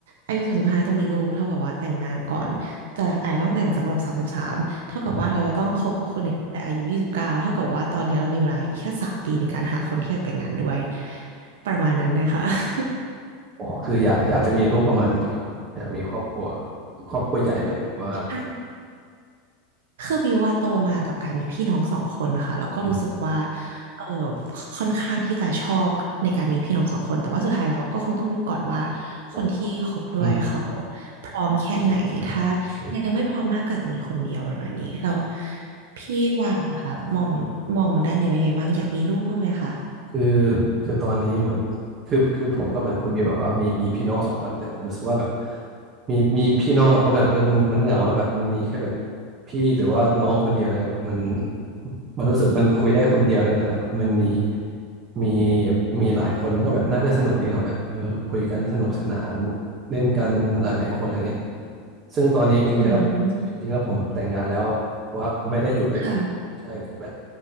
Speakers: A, on the right; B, on the right.
A: อายุสามสิบห้าต้องมีลูกเท่ากับว่าแต่งงานก่อนจะอาจจะต้องแต่งสักแบบสามสิบสามเท่ากับว่าเราจะต้องคบกับคนเนี้ตั้งแต่อายุยี่สิบเก้าเท่ากับว่าตอนนี้เรามีเวลาอีกแค่สามปีในการหาคนที่อยากแต่งงานด้วย
B: อืม
A: ประมาณนั้นเลยค่ะ <laughs>
B: อ๋อคืออยากอยากจะมีลูกประมาณกี่คนอยากมีครอบครัวครอบครัวใหญ่ไหมแบบว่า
A: ใช่ คือบิวว่าโตมากับการมีพี่น้องสองคนนะคะแล้วก็รู้สึกว่า
B: อืม
A: เออค่อนข้างที่จะชอบในการมีพี่น้องสองคนแต่ว่าสุดท้ายแล้วก็คงต้องดูก่อนว่าคนที่คบด้วยเขา
B: อืมอืม
A: พร้อมแค่ไหนถ้า
B: โอเคใช่ไหมครับโอเค
A: ยังไม่พร้อมมากก็อาจจะมีคนเดียวประมาณนี้เราพี่ว่าล่ะค่ะมองมองด้านนี้เป็นไงบ้างอยากมีลูกบ้างไหมคะ
B: คือคือตอนนี้เหมือนคือคือผมก็เหมือนคุณบิวแบบว่ามีมีพี่น้องสองคนแต่ผมรู้สึกว่าแบบมีมีพี่น้องสองคนแบบเออมันมันเหงาแล้วแบบมันมีแค่แบบพี่หรือว่าน้องคนเดียวอะไรเียแบบมันมันรู้สึกมันคุยได้คนเดียวนะแต่แบบมันมีมีมีหลายคนมันก็แบบน่าจะสนุกดีเนาะแบบเออคุยกันสนุกสนานเล่นกันหลายๆคนอะไรเงี้ยซึ่งตอนนี้จริงๆแล้วผมจริงๆแล้วผมแบบแต่งงานแล้วแต่ว่าไม่ได้อยู่ด้วยกันใช่คือแบบ
A: อืมค่ะ